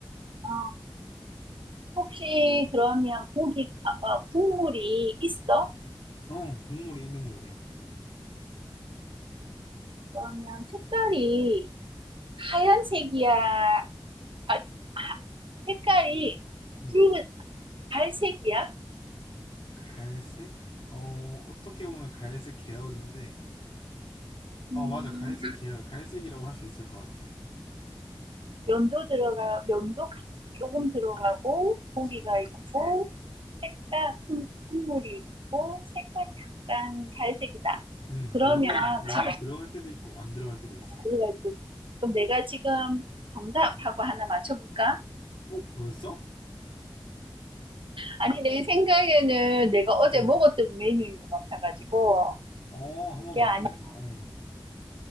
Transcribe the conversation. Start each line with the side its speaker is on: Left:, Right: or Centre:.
Right: 아, 혹시 그러면 고기, 아, 아, 국물이 있어?
Left: 어 국물이 있는 요리야.
Right: 그러면 색깔이 하얀색이야? 아, 하- 색깔이
Left: 음
Right: 붉은 갈색이야?
Left: 갈색 어 어떻게 보면 갈색 계열인데 어
Right: 음,
Left: 맞아 갈색 계열 갈색이라고 할 수 있을 것 같아.
Right: 면도 들어가, 면도 가- 조금 들어가고,
Left: 그치.
Right: 고기가 있고, 색깔, 국- 국물이 있고, 색깔 약간 갈색이다.
Left: 음
Right: 그러면
Left: 면은 면은
Right: 지금
Left: 들어갈 때도 있고 안 들어갈 때도 있어.
Right: 가져갈 때. 그럼 내가 지금 정답하고 하나 맞춰볼까?
Left: 어 벌써?
Right: 아니, 내 생각에는 내가 어제
Left: 음.
Right: 먹었던 메뉴인 것 같아가지고,
Left: 어, 한번
Right: 이게
Left: 맞춰봐봐.
Right: 아니라
Left: 어.